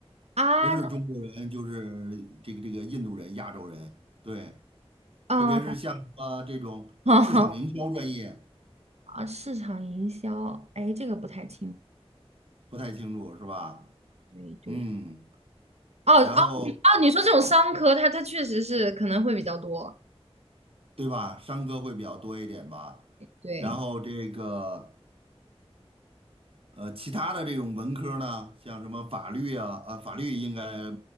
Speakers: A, on the right; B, on the right.
A: 啊，
B: 不是中国人就是这个这个印度人、亚洲人。对，
A: 嗯，
B: 特别是像什么这种市场营销专业，
A: <laughs> 啊，市场营销，哎，这个不太清，
B: 不太清楚是吧？
A: 对对。
B: 嗯，
A: 哦哦哦，
B: 然后。
A: 你说这种商科，他他确实是可能会比较多。
B: 对吧？商科会比较多一点吧。
A: 对
B: 然后这个呃，其他的这种文科呢，像什么法律啊，啊，法律应该